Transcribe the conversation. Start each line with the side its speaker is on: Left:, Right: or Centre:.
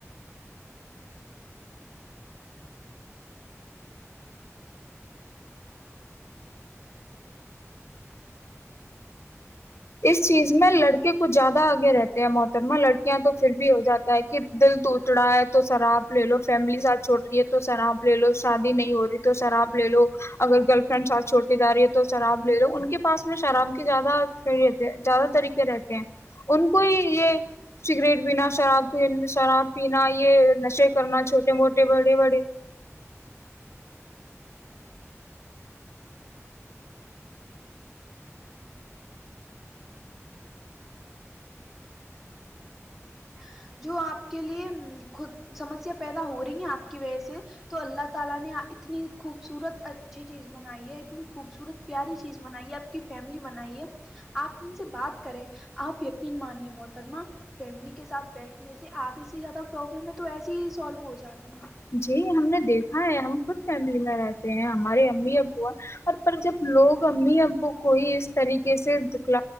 Left: اس چیز میں لڑکے کچھ زیادہ آگے رہتے ہیں محترمہ لڑکیاں تو پھر بھی ہو جاتا ہے کہ دل ٹوٹ رہا ہے تو شراب لے لو فیملی ساتھ چھوڑ رہی ہے تو شراب لے لو شادی نہیں ہو رہی تو شراب لے لو اگر گرل فرینڈ ساتھ چھوڑ کے جا رہی ہے تو شراب لے لو ان کے پاس میں شراب کی زیادہ صحی رہتے زیادہ طریقے رہتے ہیں ان کو ہی یہ سگریٹ پینا شراب شراب پینا یہ نشے کرنا چھوٹے موٹے بڑے بڑے
Centre: <unintelligible> کے ساتھ بیٹھنے سے آدھے سے زیادہ پروابلم ہے تو ایسسی ہی سالو ہو جاتی ہیں
Left: جی ہم نے دیکھا ہے ہم خود فیملی میں رہتے ہیں ہمارے امی ابو اور پر جب لوگ امی ابو کوئی اس طریقے سے د